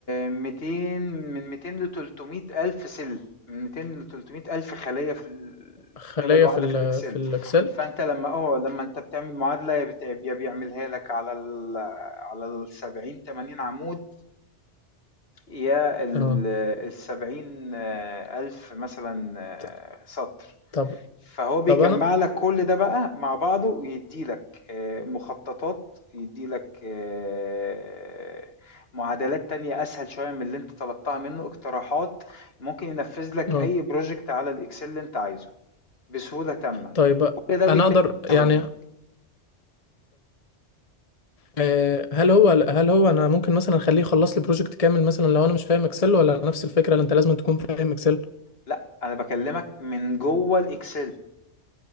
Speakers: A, on the left (about 60°); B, on the left (about 35°).
A: 200 من 200 ل 300 ألف سل من 200 ل 300 ألف خلية في الكتابة
B: خلية
A: الواحدة
B: في ال
A: في الإكسل
B: في الاكسل
A: فأنت لما اه لما أنت بتعمل معادلة يا بت- يا بيعملها لك على ال على ال 70 80 عمود يا ال
B: اه
A: ال 70 ألف مثلا آه،
B: ط-
A: سطر
B: طب
A: فهو بيجمع
B: طب انا
A: لك كل ده بقى مع بعضه ويدي لك آه، مخططات يدي لك آه، معادلات تانية أسهل شوية من اللي أنت طلبتها منه اقتراحات ممكن ينفذ لك
B: اه
A: أي بروجكت على الإكسل اللي أنت عايزه بسهولة تامة
B: طيب
A: كل ده بيتم
B: انا اقدر
A: في
B: يعني
A: ثواني
B: آه، هل هو هل هو انا ممكن مثلا اخليه يخلص لي بروجكت كامل مثلا لو انا مش فاهم اكسل ولا نفس الفكره اللي انت لازم تكون فاهم اكسل
A: لا أنا بكلمك من جوه الإكسل